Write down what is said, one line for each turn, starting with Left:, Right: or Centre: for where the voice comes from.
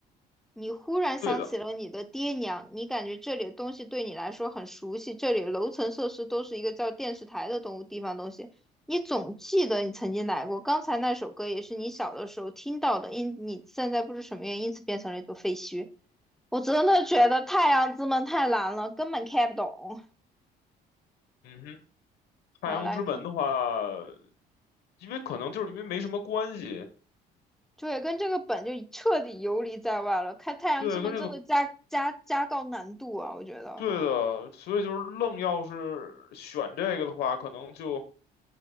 Centre: 你忽然想起了你的爹娘，
Left: 对的，
Centre: 你感觉这里的东西对你来说很熟悉，这里的楼层设施都是一个叫电视台的东地方东西。你总记得你曾经来过，刚才那首歌也是你小的时候听到的，因你现在不知什么原因，因此变成了一座废墟。我真的觉得《太阳之门》太难了，根本看不懂。
Left: 嗯哼，
Centre: 然后来看。
Left: 《太阳之门》的话，因为可能就是因为没什么关系，
Centre: 对，跟这个本就彻底游离在外了。开太阳之门真的加加加高难度啊，
Left: 对，跟这个
Centre: 我觉得。
Left: 对的，所以就是愣要是选这个的话，可能就。